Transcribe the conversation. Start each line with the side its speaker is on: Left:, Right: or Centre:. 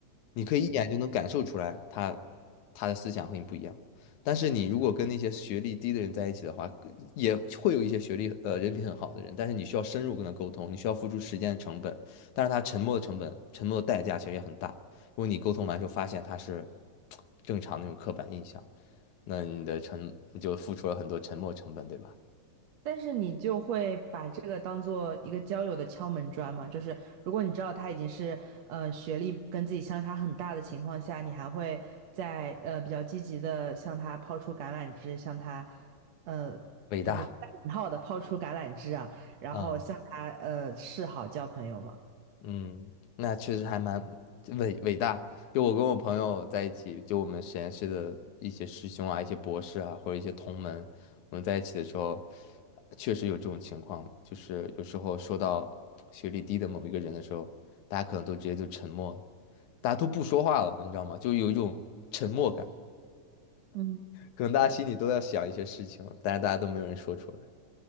Left: 你可以一眼就能感受出来他他的思想和你不一样。但是你如果跟那些学历低的人在一起的话，也会有一些学历呃人品很好的人，但是你需要深入跟他沟通，你需要付出时间的成本，但是他沉默的成本、沉默的代价其实也很大。如果你沟通完之后发现他是正常那种刻板印象。那你的沉你就付出了很多沉没成本，对吧？
Right: 但是你就会把这个当做一个交友的敲门砖嘛，就是如果你知道他已经是呃学历跟自己相差很大的情况下，你还会在呃比较积极的向他抛出橄榄枝，向他呃就是带引号的抛出橄榄枝啊，
Left: 伟大，
Right: 然后向他呃示好交朋友嘛。
Left: 嗯嗯，那确实还蛮伟伟大。就我跟我朋友在一起，就我们实验室的一些师兄啊、一些博士啊，或者一些同门，我们在一起的时候，确实有这种情况，就是有时候说到学历低的某一个人的时候，大家可能都直接就沉默，大家都不说话了，你知道吗？就有一种沉默感，
Right: 嗯。
Left: 可能大家心里都要想一些事情，但是大家都没有人说出来。